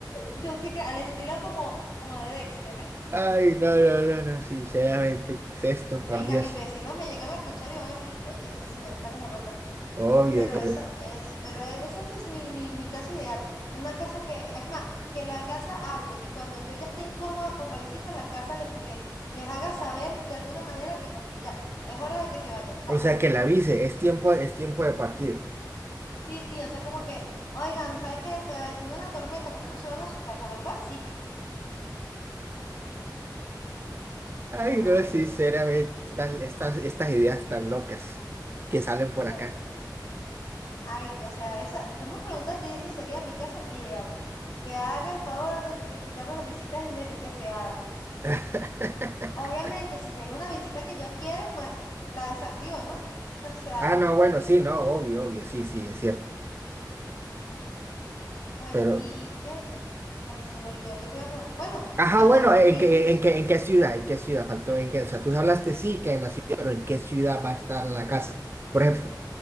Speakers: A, on the left; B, on the right.
A: Yo sí que al estilo como, como de Dexter.
B: Ay, no, no, no, no, sinceramente, ¿qué es esto, por
A: Venga,
B: Dios.
A: mis vecinos me llegan a escuchar y van a decir, oye, esta señora está como loca.
B: Obvio.
A: Pero eso es, pero esa es mi, mi, mi, mi casa ideal. Una casa que, es más, que la casa hable y cuando yo ya esté incómoda por la visita, la casa les, les, les haga saber de alguna manera que pues que ya, es hora de que se vayan, chao.
B: O sea, que la avise, es tiempo, es tiempo de partir.
A: Sí, sí, o sea, como que, oigan, ¿saben que se avecina una tormenta porque no se van a sus casas? Algo así.
B: Ay,
A: Ay,
B: no, sinceramente, estas, estas, estas ideas tan locas que salen por acá.
A: bueno Ay, o sea, esa, tú me preguntaste y esa sería mi casa ideal. Que haga el favor de, de quitarme las visitas inde- indeseadas.
B: <laughs>
A: Obviamente, si llega una visita que yo quiero, pues la desactivo, ¿no? <laughs> O sea,
B: Ah, no, bueno, sí, no, obvio, obvio, sí, sí, es cierto.
A: bueno,
B: Pero,
A: ¿y qué? Ay, se me olvidó que te iba a preguntar. Bueno,
B: ajá,
A: ajá,
B: bueno, ¿en
A: y,
B: qué,
A: y
B: en qué, en qué ciudad? ¿En qué ciudad faltó? ¿En qué? O sea, tú hablaste sí que en la ciudad, pero ¿en qué ciudad va a estar la casa? Por ejemplo,